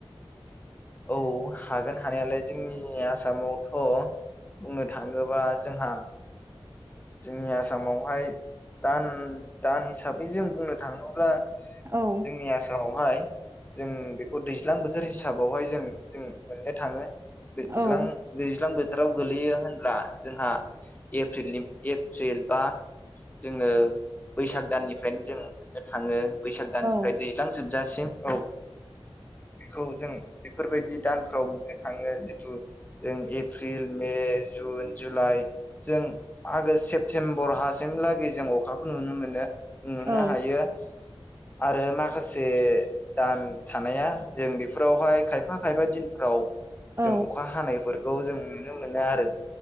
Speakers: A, on the left; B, on the right.
A: औ हागोन हानायालाय जोंनि आसामावथ' बुंनो थाङोबा जोंहा जोंनि आसामावहाय दान दान हिसाबै जों बुंनो थाङोब्ला
B: औ
A: जोंनि आसामावहाय जों बेखौ दैज्लां बोथोर हिसाबावहाय जों जों मोननो थाङो । दैज्लां
B: औ
A: दैज्लां बो थोराव गोगलैयो होनब्ला जोंहा एप्रिलनि एप्रिल बा जोङो बैसाग दाननिफ्रायनो जों मोननो थाङो । बैसाग दाननिफ्राय
B: औ
A: दैज्लां जोब जासिम औ बेखौ जों बेफोरबायदि दानफ्राव मोननो थाङो जेतु जों एप्रिल मे जुन जुलाइ जों आगष्ट सेप्तेम्बरहासिमलागै जों अखाखौ नुनो मोनो । नुनो
B: औ
A: हायो । आरो माखासे दान थानाया जों बेफोरावहाय खायफा खायफा दिनफ्राव
B: औ
A: जों अखा हानायफोर औ जों नुनो मोनो आरो